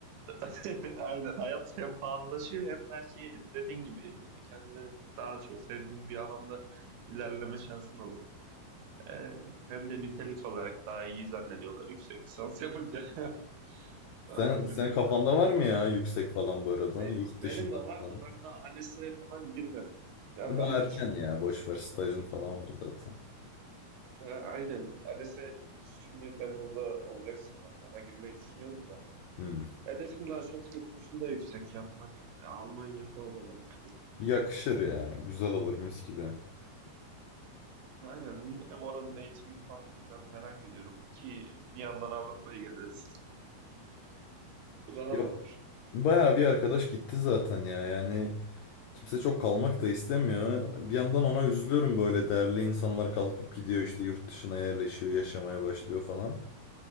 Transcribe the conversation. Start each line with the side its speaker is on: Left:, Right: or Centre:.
Right: <laughs> Aynen. Hayat hem pahalılaşıyor hem belki dediğin gibi kendine daha çok sevdiğin bir alanda ilerleme şansın olur. Ee, hem de nitelik olarak daha iyi zannediyorlar yüksek lisans yapınca. <laughs> Aa,
Left: Sen,
Right: O
Left: sen
Right: yüzden.
Left: kafanda var mı ya yüksek falan bu arada?
Right: Be-
Left: Yurt
Right: Benim
Left: dışında
Right: de var
Left: falan.
Right: da ben daha ALES'e falan girmedim. Ya
Left: Daha
Right: ben de
Left: erken
Right: düşünüyorum.
Left: ya. Boş ver stajın falan var zaten.
Right: Ya, aynen. ALES'e şimdi Temmuz'da olacak sanırım. Ona girmeyi düşünüyorum da.
Left: Hmm.
Right: Hedefim daha çok yurt dışında yüksek yapmak. Almanya falan olabilir.
Left: Yakışır ya. Güzel olur mis gibi.
Right: Aynen. Hem oranın eğitimini falan biraz merak ediyorum. Ki bir yandan Avrupa'yı gezeriz. Rahat
Left: Yap.
Right: olur.
Left: Bayağı bir arkadaş gitti zaten ya. Yani kimse çok kalmak da istemiyor. Bir yandan ona üzülüyorum böyle
Right: Hı hı.
Left: değerli insanlar kalkıp gidiyor işte yurt dışına yerleşiyor, yaşamaya başlıyor falan.